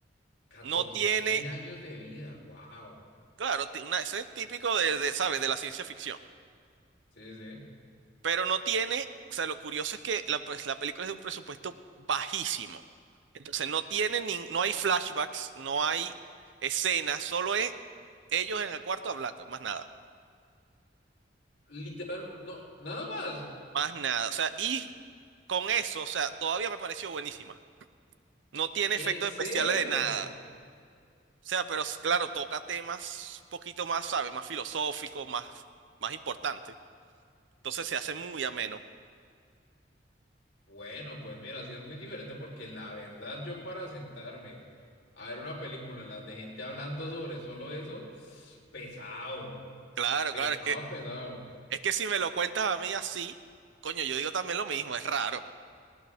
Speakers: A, on the left (about 65°); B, on the right (about 80°).
A: catorce
B: No tiene,
A: mil años de vida, wow.
B: claro, ti- una, ese es típico de, de, ¿sabes? De la ciencia ficción.
A: Sí, sí.
B: Pero no tiene, o sea, lo curioso es que la, pues, la película es de un presupuesto bajísimo. Entonces no tiene ni, no hay flashbacks, no hay escenas, solo es ellos en el cuarto hablando, más nada,
A: Literal, no, nada más.
B: más nada. O sea, y con eso, o sea, todavía me pareció buenísima. No tiene
A: ¿En
B: efectos
A: serio?
B: especiales de nada. O sea, pero s- claro, toca temas un poquito más, ¿sabes? Más filosóficos, más, más importantes. Entonces se hace muy ameno.
A: Bueno, pues mira, sí es muy diferente porque la verdad yo para sentarme a ver una película en la de gente hablando sobre solo eso, pesado,
B: Claro,
A: pesado,
B: claro,
A: pesado.
B: Es que si me lo cuentas a mí así, coño, yo digo también lo mismo, es raro.